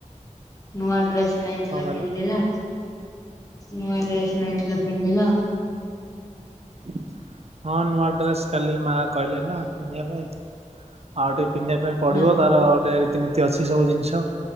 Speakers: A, on the left (about 25°); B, on the right (about 55°).
A: ନୂଆ ଡ୍ରେସ୍। ନେଇଥିଲ
B: କଣ କହିଲ
A: ପିନ୍ଧିଲ। ନୂଆ ଡ୍ରେସ୍ ନେଇଥିଲ ପିନ୍ଧିଲ?
B: ହଁ, ନୂଆ ଡ୍ରେସ୍ କାଲି ମା କହିଲେ ନା ପିନ୍ଧିବା ପାଇଁ। ଆଉ ଟିକେ ପିନ୍ଧିବା ପାଇଁ ପଡିବ
A: ନା
B: ତାର ଗୋଟେ ରିତି ନି ତି ଅଛି ସବୁ ଜିନିଷ